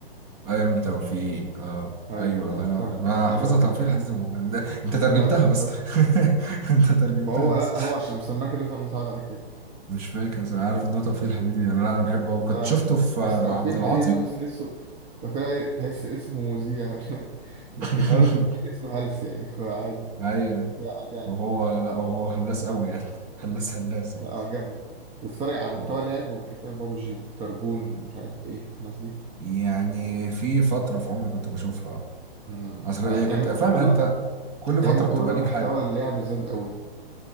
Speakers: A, on the right; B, on the right.
A: ايرون توفيق اه
B: ايوه
A: ايوه الله
B: لا متابع
A: ينور عليك
B: يعني
A: انا حافظها
B: عيب عليك
A: توفير حديدي ما هو- ده- انت ترجمتها
B: لا لا
A: بس
B: لا.
A: <laughs> انت ترجمتها
B: ما هو
A: بس
B: لا هو عشان مسماه كده فمتعود عليه كده
A: مش فاكر بس انا عارف ان هو توفيق حديدي يعني انا أنا بحبه وكنت
B: لا
A: شفته
B: لا
A: في مع
B: اصل توفيق
A: عبد
B: الحديدي
A: العاطي
B: دي بس تحسه توفيق الحديدي تحس اسمه مذيع <laughs>
A: <laughs>
B: لكن ارض اسمه هلس يعني فعادي
A: ايوه
B: لا عليه عادي
A: وهو لا وهو هلاس قوي يعني هلاس هلاس يعني
B: لا هو جامد بس اتفرج على محتوى
A: أه.
B: لعب وكده بابجي والتربون مش عارف ايه الناس دي
A: يعني في فتره في عمري كنت بشوفها
B: امم
A: اصل
B: انا
A: يعني
B: ايام
A: كنت
B: الكورونا
A: فاهم انت كل فتره
B: ايام الكورونا
A: بتبقى ليك
B: محتوى
A: حاجه
B: اللعب زاد قوي